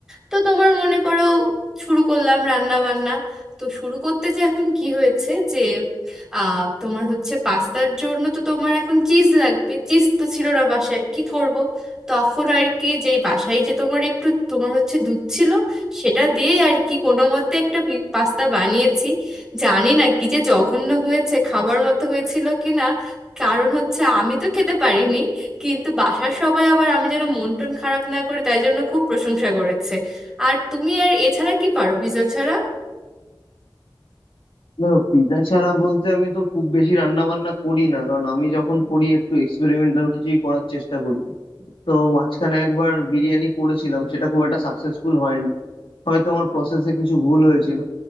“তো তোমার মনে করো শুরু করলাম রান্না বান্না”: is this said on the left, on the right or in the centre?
Centre